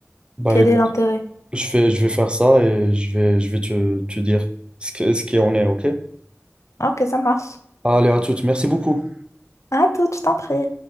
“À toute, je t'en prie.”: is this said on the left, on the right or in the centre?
Left